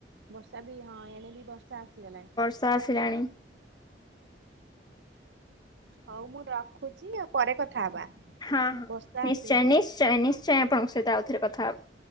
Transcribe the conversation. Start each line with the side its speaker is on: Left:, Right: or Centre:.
Right: ବର୍ଷା ବି ହଁ ଏଣେ ବି ବର୍ଷା ଆସିଗଲାଣି।
Left: ର୍ଷା ଆସିଲାଣି
Right: ହଉ ମୁଁ ରଖୁଛି ଆଉ ପରେ କଥା ହବା।
Left: ହଁ ହଁ
Right: ବର୍ଷା
Left: ନିଶ୍ଚୟ
Right: ଆସିଲାଣି
Left: ନିଶ୍ଚୟ
Right: ମୁଁ
Left: ନିଶ୍ଚୟ ଆପଣଙ୍କ ସହିତ ଆଉ ଥରେ କଥା ହବୁ।